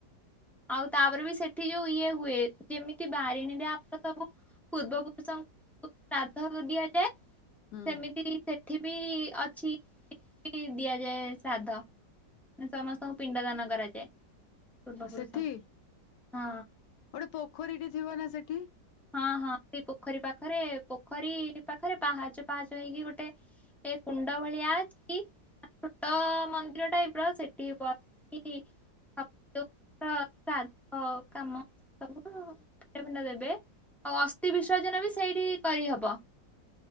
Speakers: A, in the centre; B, on the left.
A: ଆଉ ତାପରେ ବି ସେଠି ଯୋଉ ଇଏ ହୁଏ ଯେମିତି ବାରିଣିରେ ଆମର ସବୁ ପୂର୍ବପୁରୁଷଙ୍କୁ ଶ୍ରାଦ୍ଧ ଦିଆଯାଏ
B: ହୁଁ।
A: ସେମିତି ସେ ସେଠି ବି ଅଛି ଦିଆଯାଏ ଶ୍ରାଦ୍ଧ। ସମସ୍ତଙ୍କୁ ପିଣ୍ଡ ଦାନ କରାଯାଏ। ପୂର୍ବପୁରୁଷ
B: ସେଠି?
A: ହଁ।
B: ଗୋଟେ ପୋଖରୀଟେ ଥିବ ନା ସେଠି?
A: ହଁ ହଁ ସେଇ ପୋଖରୀ ପାଖରେ ପୋଖରୀ ପାଖରେ ପାହାଚ ପାହାଚ ହେଇକି ଗୋଟେ ସେ କୁଣ୍ଡ ଭଳିଆ ଅଛି। ଛୋଟ ମନ୍ଦିର ଟାଇପ ର ସେଠି ବସି <unintelligible> ଶ୍ରାଦ୍ଧ କାମ ସବୁ ପିଣ୍ଡ ଫିଣ୍ଡ ଦେବେ। ଆଉ ଅସ୍ଥି ବିସର୍ଜନ ବି ସେଇଠି କରିହବ।